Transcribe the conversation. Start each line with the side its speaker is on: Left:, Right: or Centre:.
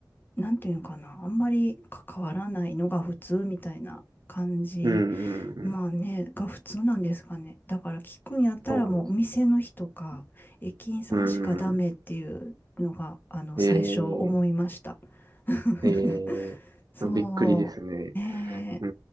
Left: なんていうのかな、あんまり関わらないのが普通みたいな感じ。
Right: うんうんうん。
Left: まあね、が普通なんですかね。だから聞くんやったらもうお店の人か、
Right: そうです。
Left: 駅員さんしかダメっていうのが、
Right: うん。
Left: あの、
Right: ええ
Left: 最初思いました。<laughs>
Right: ええ
Left: そう。
Right: びっくりですね。
Left: ね
Right: う